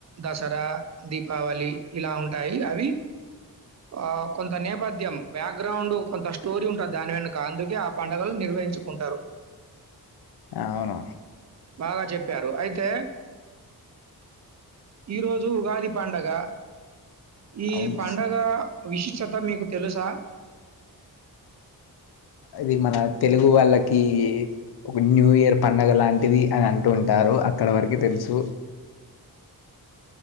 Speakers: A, on the right; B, on the left.
A: దసరా దీపావళి ఇలా ఉంటాయి అవి ఆ కొంత నేపథ్యం బ్యాగ్రౌండ్ కొంత స్టోరీ ఉంటుంది దాని వెనుక అందుకే ఆ పండుగలు నిర్వహించుకుంటారు
B: అవును
A: బాగా చెప్పారు అయితే ఈరోజు ఉగాది పండగ. ఈ
B: అనును
A: పండగ విశిష్టత మీకు తెలుసా?
B: ఇది మన. తెలుగు వాళ్ళకి ఒక న్యూ ఇయర్ పండుగ లాంటిది అని అంటూ ఉంటారు అక్కడ వరకు తెలుసు.